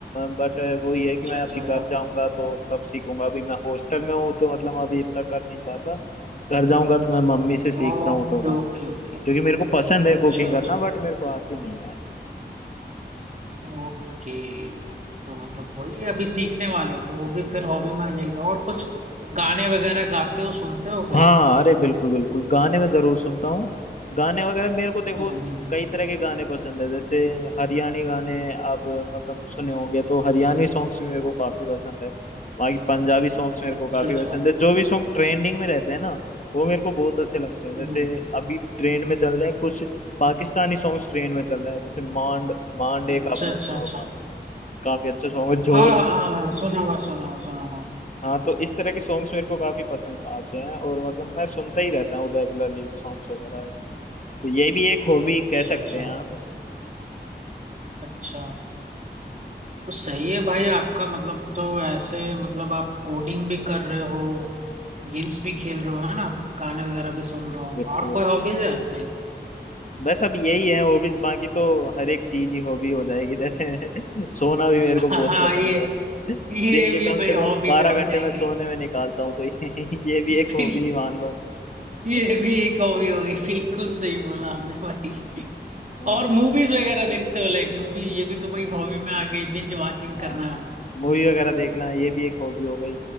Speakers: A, on the left; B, on the right.
A: बट वो ये
B: अच्छा
A: है कि मैं
B: अच्छा
A: अभी घर
B: अच्छा
A: जाऊंगा तो तब सीखूंगा अभी मैं हॉस्टल में हूँ तो मतलब अभी इतना कर नहीं पाता घर जाऊंगा तो मैं मम्मी से सीखता
B: Okay
A: हूँ थोड़ा
B: okay okay
A: क्योंकि मेरे को पसंद
B: अच्छा
A: है कुकिंग
B: अच्छा
A: करना बट मेरे को आती नहीं है।
B: ओके तो मतलब वही अभी सीखने वाले हो तो वो भी फिर हॉबी में आ जाएगी और कुछ गाने वगैरह गाते हो सुनते हो क्या
A: हाँ अरे बिल्कुल बिल्कुल गाने मैं जरूर सुनता हूँ गाने वगैरह मेरे को देखो
B: हम्म
A: कई तरह के गाने पसंद है जैसे हरियाणी गाने आप मतलब सुने होंगे तो हरियाणवी सॉन्ग्स भी मेरे को काफी पसंद है बाकी पंजाबी सॉन्ग्स मेरे को
B: अच्छा
A: काफी
B: अच्छा
A: पसंद है जो भी सॉन्ग ट्रेंडिंग में रहते हैं ना वो मेरे को बहुत अच्छे लगते हैं जैसे
B: हम्म,
A: अभी ट्रेंड में चल रहे हैं कुछ पाकिस्तानी सॉन्ग्स ट्रेंड में चल रहे हैं जैसे मांड मांड एक
B: अच्छा
A: आपने
B: अच्छा
A: सुना
B: अच्छा
A: होगा काफी अच्छा सॉन्ग है झोल
B: हाँ हाँ हाँ हाँ, सुना हुआ सुना हुआ सुना हाँ
A: हाँ तो इस तरह के सॉन्ग्स मेरे को काफी पसंद आते हैं और मतलब मैं सुनता ही रहता हूँ रेगुलरली सॉन्ग्स वगैरह तो ये भी एक हॉबी
B: अच्छा
A: कह सकते
B: अच्छा
A: हैं आप
B: अच्छा तो सही है भाई आपका मतलब तो ऐसे मतलब आप कोडिंग भी कर रहे हो गेम्स भी खेल रहे हो है ना गाने वगैरह भी सुन रहे हो
A: बिल्कुल
B: और कोई
A: बिल्कुल।
B: हॉबीज है लाइक
A: बस अब यही है हॉबीज बाकी तो हर एक चीज ही हॉबी हो जाएगी जैसे <laughs> सोना भी मेरे
B: हाँ
A: को बहुत
B: हाँ,
A: पसंद
B: ये
A: है
B: ये
A: दिन के
B: भी
A: कम
B: भाई
A: से
B: हॉबी
A: कम बारह
B: में हो जाएगी
A: घंटे में सोने में निकालता
B: <laughs>
A: हूँ तो ये <laughs> ये भी
B: बिल्कुल
A: एक हॉबी ही मान लो
B: ये भी एक हॉबी हो गई बिल्कुल सही बोला आपने भाई
A: हाँ
B: और मूवीज वगैरह देखते हो लाइक मूवी ये भी तो भाई हॉबी में आ गई बिंज वाचिंग
A: हाँ।
B: करना
A: मूवी वगैरह देखना ये भी एक हॉबी हो गई